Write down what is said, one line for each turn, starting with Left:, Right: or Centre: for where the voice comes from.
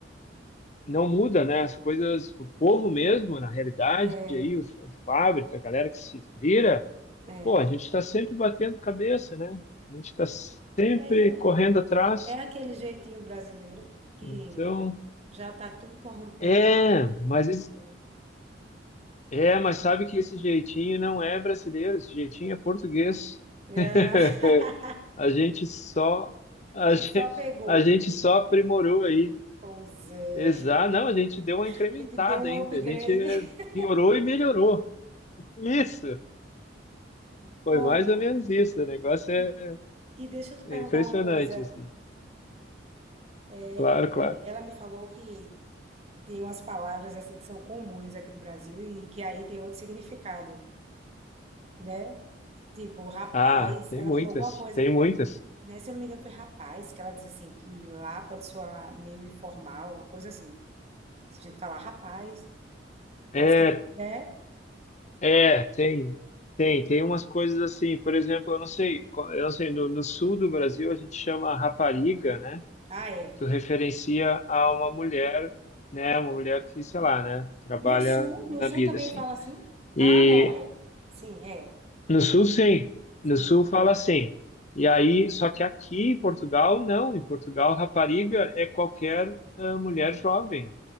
Left: não muda, né, as coisas, o povo mesmo, na realidade,
Right: É,
Left: aí os chão de fábrica, a galera que se vira,
Right: é.
Left: pô, a gente está sempre batendo cabeça, né? A gente está sempre
Right: É,
Left: correndo atrás.
Right: é aquele jeitinho brasileiro que
Left: Então,
Right: já tá tudo corrompido.
Left: é, mas esse-
Right: entende?
Left: é, mas sabe que esse jeitinho não é brasileiro, esse jeitinho é português.
Right: Ah,
Left: <laughs>
Right: <laughs>
Left: A gente só a
Right: a gente
Left: gente,
Right: só pegou.
Left: a gente só aprimorou aí.
Right: Pois é.
Left: Exato, não, a gente deu uma
Right: A
Left: incrementada
Right: gente deu um
Left: ainda,
Right: upgrade.
Left: a gente
Right: <laughs>
Left: piorou e melhorou. Isso, foi
Right: Olha,
Left: mais ou menos isso, o negócio é,
Right: e e deixa eu te perguntar
Left: é impressionante,
Right: uma coisa.
Left: assim.
Right: É,
Left: Claro, claro.
Right: é, ela me falou que tem umas palavras assim que são comuns aqui no Brasil e que aí tem outro significado, né? Tipo, rapaz,
Left: Ah, tem
Right: ela
Left: muitas,
Right: falou alguma coisa.
Left: tem muitas.
Right: né? Se eu não me engano, foi rapaz que ela disse assim, que lá pode soar meio informal, uma coisa assim. Se a gente falar rapaz,
Left: É,
Right: parece que, né?
Left: é, tem, tem, tem umas coisas assim, por exemplo, eu não sei, co- eu não sei, no, no sul do Brasil a gente chama rapariga, né?
Right: Ah, é.
Left: Tu referencia a uma mulher, né? Uma mulher que, sei lá, né? Trabalha
Right: No sul,
Left: na
Right: no sul
Left: vida,
Right: também
Left: assim.
Right: fala assim?
Left: E
Right: Ah, não, é. Sim, é.
Left: No sul, sim.
Right: Sim.
Left: No sul fala assim. E aí, só que aqui em Portugal, não. Em Portugal, rapariga é qualquer ah, mulher jovem.